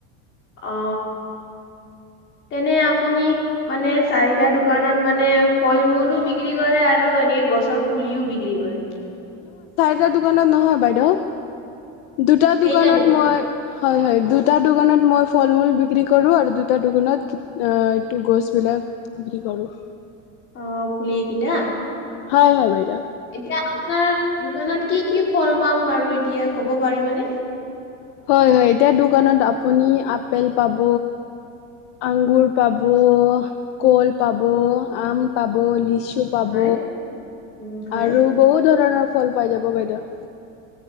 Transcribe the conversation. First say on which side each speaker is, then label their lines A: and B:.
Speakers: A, on the left; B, on the left.
A: অ। তেনে আপুনি মানে চাৰিটা দোকানত মানে ফল মূলো বিক্ৰী কৰে আৰু এনে গছৰ পুলিও বিক্ৰী কৰে?
B: সেইবিলাক দোকানত নহয়, বাইদেউ দুটা
A: কেইটা
B: দোকানত
A: দোকান?
B: মই হয় হয় দুটা দোকানত মই ফল মূল বিক্ৰী কৰো, আৰু দুইটা দোকানত এইটো গছ বিলাক বিক্ৰী কৰো। উফ।
A: অ পুলি কিটা।
B: হয় হয় বাইদেউ।
A: এতিয়া আপোনাৰ দোকানত কি কি ফল পাম বাৰু এতিয়া ক'ব পাৰিবনে?
B: হয় হয় এতিয়া দোকানত আপুনি আপেল পাব। আগুৰ পাব, কল পাব, আম পাব, লিচু পাব
A: হয়, উম হয়।
B: আৰু বহুত ধৰণৰ ফল পাই যাব বাইদেউ। <inaudible>